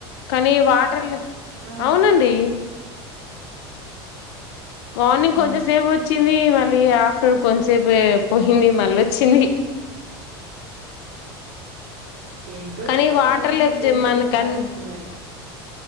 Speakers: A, on the left; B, on the right.
A: కనీ వాటర్ లే
B: ఆ
A: అవునండి మార్నింగ్
B: ఆ
A: కొంచెం సేపు వచ్చింది మల్ ళ్ళి ఆఫ్టర్నూన్ కొంసేపే పోయింది మల్లొచ్చింది
B: ఏంటో
A: కానీ
B: ఈ వాతావరణం
A: వాటర్ లేప్తే మన్కన్
B: ఇలా ఉంది మరి